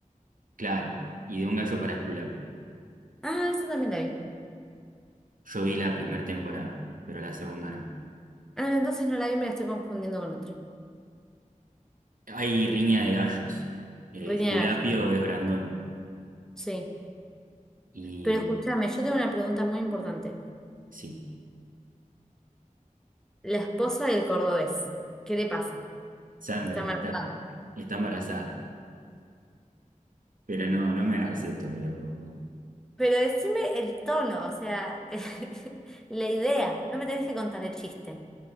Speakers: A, on the right (about 80°); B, in the centre.
A: Claro, y de Un gallo para Esculapio.
B: Ah, esa también la vi.
A: Yo vi la primera temporada, pero la segunda no.
B: Ah, entonces no la vi, me la estoy confundiendo con otra.
A: Hay riña de gallos. Eh,
B: Rini
A: Esculapio
B: de Gallos.
A: es Brandoni
B: Sí.
A: y...
B: Pero escúchame, yo tengo una pregunta muy importante.
A: Sí,
B: La esposa del cordobés, ¿qué le pasa?
A: Sandra
B: Está embarazada.
A: está, está embarazada. Pero no, no me hagas esto, amigo, por favor.
B: Pero decime el tono, o sea, <laughs> la idea. No me tenés que contar el chiste.